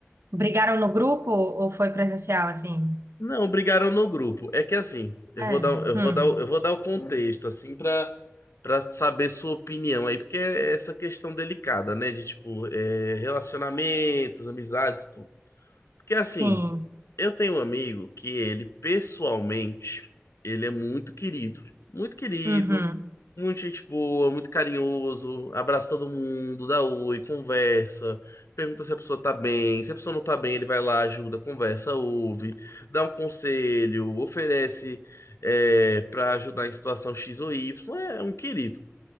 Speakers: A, on the right; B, on the left.
A: Brigaram no grupo ou foi presencial assim?
B: Não, brigaram no grupo. É que assim, eu
A: É.
B: vou dar, eu vou
A: Hum.
B: dar, eu vou dar o contexto, assim, pra, pra saber sua opinião aí, porque é essa questão delicada, né? De tipo, é, relacionamentos, amizades, tudo. Porque assim.
A: Sim.
B: Eu tenho um amigo que ele, pessoalmente, ele é muito querido. Muito querido,
A: Uhum.
B: muito gente boa, muito carinhoso, abraça todo mundo, dá oi, conversa, pergunta se a pessoa tá bem. Se a pessoa não tá bem, ele vai lá, ajuda, conversa, ouve, dá um conselho, oferece é, para ajudar em situação X ou Y. É um querido.